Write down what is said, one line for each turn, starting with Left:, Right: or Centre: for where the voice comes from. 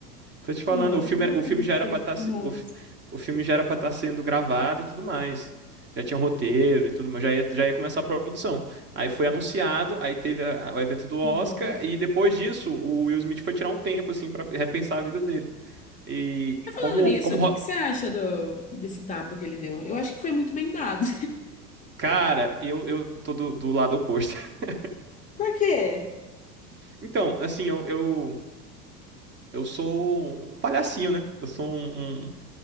Right: Tô te
Left: Não,
Right: falando, o filme,
Left: não
Right: era-
Left: acredito
Right: o filme já era
Left: que ele.
Right: pra estar,
Left: Nossa,
Right: o, fi- o filme já era para estar sendo gravado e tudo mais. Já tinha roteiro e tudo, mas já ia, já ia começar a produção. Aí foi anunciado, aí teve a- a- o evento do Oscar,
Left: nossa.
Right: e depois disso, o Will Smith foi tirar um tempo, assim, pra repensar a vida dele. E
Left: Mas falando
Right: como,
Left: nisso,
Right: como,
Left: o que
Right: ro-
Left: que você acha do, desse tapa que ele deu? Eu acho que foi muito bem dado.
Right: Cara, eu, eu tô do, do lado oposto. <laughs>
Left: <laughs> Por quê?
Right: Então, assim, eu, eu, eu sou um palhacinho, né? Eu sou um, um,